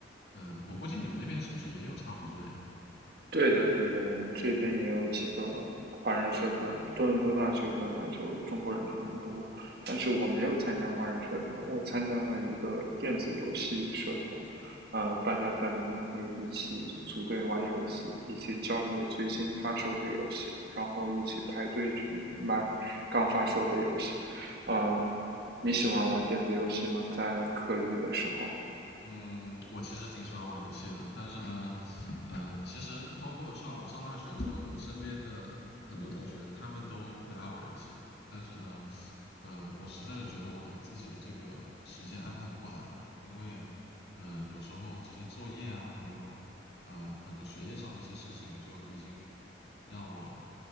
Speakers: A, on the left; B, on the right.
A: 呃，我估计你们那边是不是也有差不多的呀？
B: 对的，对的，我们这边也有几个华人社团。多伦多大学本来就中国人很多，但是我没有参加华人社团，我参加了一个电子游戏社团，啊、大家在里面会一起组队玩游戏，一起交流最新发售的游戏，然后一起排队去买刚发售的游戏。啊、你喜欢玩电子游戏吗？在课余的时候，
A: 嗯，我其实挺喜欢玩游戏的，但是呢，呃，其实包括上我上大学的时候，我身边的很多同学他们都很爱玩游戏，但是呢，呃，我实在是觉得我自己的这个时间安排不过来了，因为呃，有时候这些作业啊，还有呃，反正学业上的一些事情，就已经让我